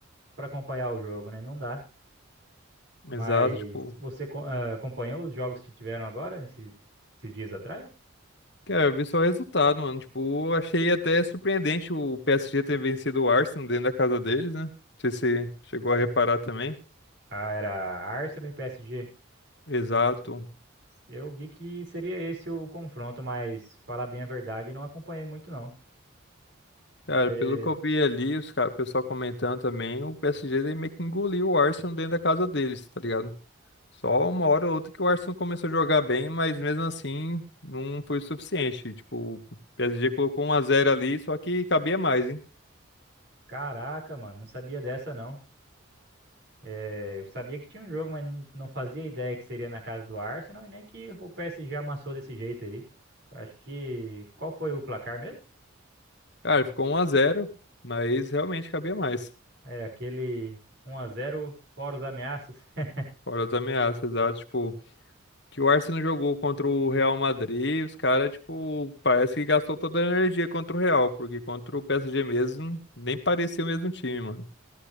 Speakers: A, on the right; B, on the left.
A: pra acompanhar o jogo, né? Não dá. Mas
B: Exato, tipo,
A: você co- ah, acompanhou os jogos que tiveram agora, esses esses dias atrás?
B: quero ver só o resultado, mano. Tipo, achei até surpreendente o PSG ter vencido o Arsenal dentro da casa deles, né? Não sei se você chegou a reparar também.
A: Ah, era Arsenal e PSG.
B: Exato.
A: Eu vi que seria esse o confronto, mas falar bem a verdade, não acompanhei muito não.
B: Cara,
A: Você,
B: pelo que eu vi ali, os cara, o pessoal comentando também, o PSG meio que engoliu o Arsenal dentro da casa deles, tá ligado? Só uma hora ou outra que o Arsenal começou a jogar bem, mas mesmo assim não foi o suficiente. Tipo, o PSG colocou um a zero ali, só que cabia mais, hein?
A: caraca, mano, não sabia dessa não. É, eu sabia que tinha um jogo, mas não não fazia ideia que seria na casa do Arsenal e nem que o PSG amassou desse jeito aí. Acho que qual foi o placar mesmo?
B: Cara, ficou um a zero mas realmente cabia mais.
A: É aquele um a zero fora os ameaças. <laughs>
B: Fora as ameaças, tá? Tipo, que o Arsenal jogou contra o Real Madrid, os caras, tipo, parece que gastou toda a energia contra o Real, porque contra o PSG mesmo, nem parecia o mesmo time, mano.